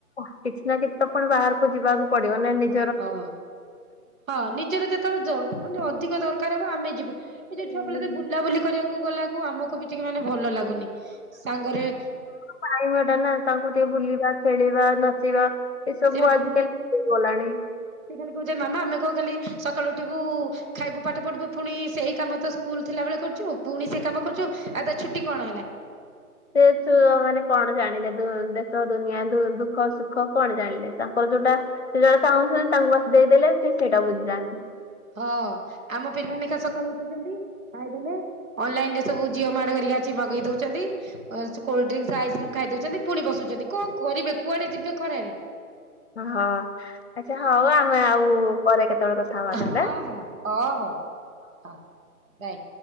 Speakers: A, on the left; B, on the right.
A: କିଛି ନା କିଛି ତ ପୁଣି ବାହାରକୁ ଯିବାକୁ ପଡିବ ନା ଏମିତି
B: ହଁ ହଁ ନିଜର ଯେ ତୋ ଯୋଉଠି ଅଧିକ ଦରକାର ହବ ଆମେ ଯିବୁ ଏ
A: ହୁଁ।
B: ଯଉ ବୁଲାବୁଲି କରିବାକୁ ଗଲାକୁ ଆମକୁ ବି ଟିକେ ମାନେ ଭଲ ଲାଗୁନି ସାଙ୍ଗରେ
A: ପାଇବାଟା ନା ତାଙ୍କୁ ଟିକେ ବୁଲିବା ଖେଳିବା ନାଚିବା ଏସବୁ
B: ସିଏ ବା ଖାଲି
A: ଆଜିକାଲି
B: ସେ
A: ହେଇଗଲାଣି।
B: ଖାଲି କହୁଛନ୍ତି ମାମା ଆମେ କନ୍ ଖାଲି ସକାଳୁ ଉଠିବୁ ଖାଇବୁ ପାଠ ପଢ଼ିବୁ ପୁଣି ସେଇ କାମ ତ ସ୍କୁଲ ଥିଲା ବଳେ କରୁଛୁ ପୁଣି ସେଇ କାମ କରୁଛୁ ଆଉ ତା ଛୁଟି କଣ ହେଲା?
A: ସେ ଯୋଉ ମାନେ କଣ ଜାଣିଲେ? ଦେ ଦେଶ ଦୁନିଆ ଶୁ ଦୁଃ ଦୁଃଖ ସୁଖ କଣ ଜାଣିଲେ? ତାଙ୍କର ଯୋଉଟା ସେ ଯୋଉ ତା ଚାହୁଁଛନ୍ତି ତାଙ୍କୁ ବାସ୍ ଦେଇଦେଲେ ସେଇଟା ବୁଝିଯାଆନ୍ତି।
B: ହଁ ଆମ ପିଲା ଲେଖା ସକାଳୁ ଉଠୁଛନ୍ତି? ଖାଇଦେଲେ। ଅନଲାଇନ ରେ ସବୁ ଜିଓ ମାଟ ହେରିକା ଅଛି ମଗେଇ ଦଉଛନ୍ତି। ସେ କୋଲଡ୍ରୀଙ୍କସ ଆଇସ୍କ୍ରିମ୍ ଖାଇଦଉଛନ୍ତି। ପୁଣି ବସୁଛନ୍ତି। କଣ କରିବେ? କୁଆଡେ ଯିବେ ଖରାରେ?
A: ହଁ ଆଚ୍ଛା ହଉ ଆଉ। ଆମେ ଆଉ ପରେ କେତେବେଳେ କଥା ହବା
B: ହଁ
A: ତାହେଲେ
B: ହଁ ଓହୋ ହଉ ବାଏ।